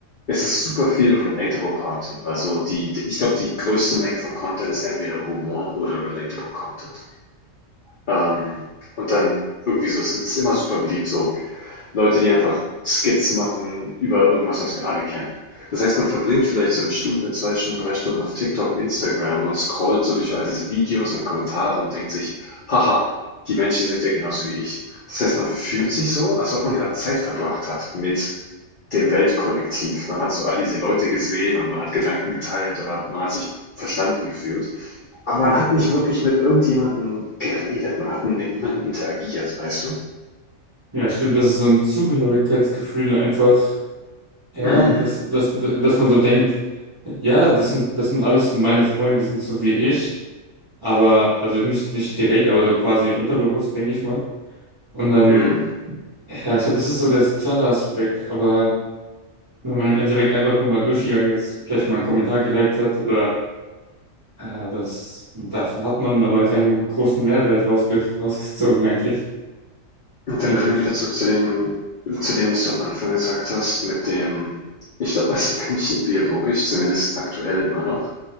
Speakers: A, on the left; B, on the right.
A: es ist super viel relatable Content. Also die, die- ich glaube, die größte Menge von Content ist entweder Humor oder relatable Content. Ähm, und dann irgendwie so, es ist immer super beliebt, so Leute, die einfach Skits machen über irgendwas, was wir alle kennen. Das heißt, man verbringt vielleicht so eine Stunde, zwei Stunden, drei Stunden auf TikTok, Instagram und scrollt so durch all diese Videos und Kommentare und denkt sich, haha, die Menschen sind ja genauso wie ich. Das heißt, man fühlt sich so, als ob man gerade Zeit verbracht hat mit dem Weltkollektiv. Man hat so all diese Leute gesehen und man hat Gedanken geteilt und hat, man hat sich verstanden gefühlt. Aber man hat nicht wirklich mit irgendjemandem geredet. Man hat mit niemandem interagiert, weißt du?
B: Ja, stimmt, das ist so ein Zugehörigkeitsgefühl einfach, ja,
A: Mm,
B: dass, dass, dass man so denkt, ja, das sind, das sind alles meine Freunde, die sind so wie ich, aber, also nicht, nicht direkt, aber so quasi unterbewusst, denke ich mal. Und dann
A: mm.
B: Ja, ich glaube, das ist so der soziale Aspekt, aber wenn man im Endeffekt einfach nur mal durchgegangen ist, vielleicht mal einen Kommentar geliked hat oder äh, was davon hat man aber keinen großen Mehrwert rausge <laughs> rausgezogen eigentlich,
A: Und
B: finde
A: dann kommen
B: ich.
A: wir wieder zurück zu dem, zu dem, was du am Anfang gesagt hast, mit dem, ich glaube, als Menschen biologisch, zumindest aktuell immer noch,